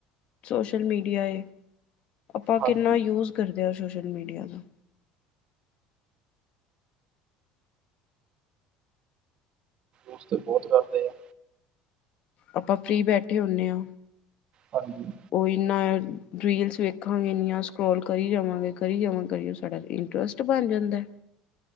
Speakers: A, on the left (about 50°); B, on the right (about 40°).
A: ਸੋਸ਼ਲ ਮੀਡੀਆ ਏ ਆਪਾਂ ਕਿੰਨਾ
B: ਹਾਂਜੀ
A: ਯੂਜ ਕਰਦੇ ਹਾਂ ਸੋਸ਼ਲ ਮੀਡੀਆ ਦਾ।
B: ਉਸ ਤੇ ਬਹੁਤ ਕਰਦੇ ਆ।
A: ਆਪਾਂ ਫਰੀ ਬੈਠੇ ਹੋਣੇ ਹਾਂ।
B: ਹਾਂਜੀ।
A: ਉਹ ਇੰਨਾਂ ਰੀਲਸ ਵੇਖਾਂਗੇ ਇੰਨੀਆਂ ਸਕਰੋਲ ਕਰੀ ਜਾਵਾਂਗੇ ਕਰੀ ਜਾਵਾਂ ਕਰ ਸਾਡਾ ਇੰਟਰਸਟ। ਬਣ ਜਾਂਦਾ।